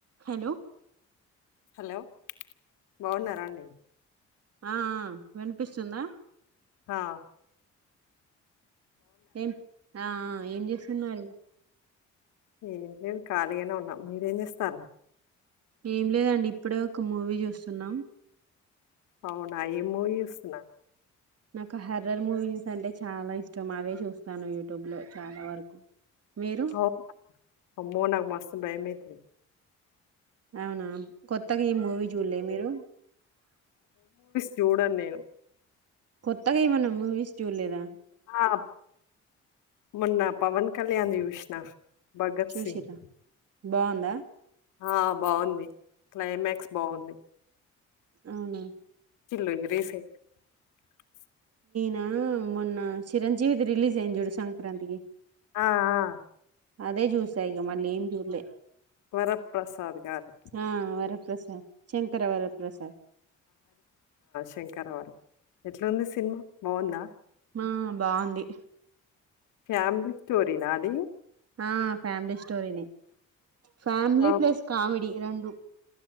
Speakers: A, on the right (about 55°); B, on the left (about 85°).
A: Hello
B: hello బాగున్నారాండి
A: ఆ వినిపిస్తుందా
B: హా
A: ఏం ఆ ఏం చేస్తున్నారు
B: ఏం లేదు ఖాళీగానే ఉన్నాం మీరేం చేస్తారు
A: ఏం లేదండి ఇప్పుడే ఒక మూవీ చూస్తున్నాం
B: అవునా ఎం మూవిచుతున్న
A: నాకు హర్రర్ మూవీస్ అంటే చాలా ఇష్టం అవే చూస్తాను యూట్యూబ్ లో చాలా వరకు మీరు
B: అవు అమో నాకు మస్త భయంమైతుది
A: అవునా కొత్తగా ఈ మూవీ చూడలే మీరు
B: చూడంను నేను
A: కొత్తగా ఎమ్ మూవీస్ చుడలేధ
B: ఆ మొన్న పవన్ కళ్యాణ్ యూష్ణ భగత్
A: చూసిరా
B: సింగ్
A: బాగుందా
B: ఆ బాగుంది క్లైమాక్స్ బాగుంది
A: అవునా
B: ఇలు ఇ రేస <unintelligible>
A: నా మొన్న చిరంజీవిది రిలీజ అయింది చూడు సంక్రాంతికి
B: ఆ ఆ
A: అదే చూసా ఇక మళ్ళీ ఏం చూలే
B: వరప్రసాద్ గారు
A: ఆ వరప్రసా శంకరవర ప్రసాద్
B: శంకరావరం ఎట్లాంది సినిమా బాగుందా
A: ఆ బాగుంది
B: ఫ్యామలీ స్టోరీనా అది
A: ఆ ఫ్యామిలీ స్టోరనే ఫ్యామిలీ
B: ఆ
A: ప్లస్ కామెడి రెండు